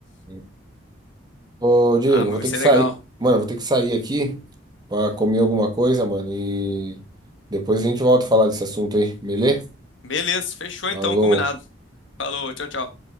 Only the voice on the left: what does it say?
Ah, mas
vai ser
legal.
Beleza, fechou
então, combinado. Falou, tchau, tchau.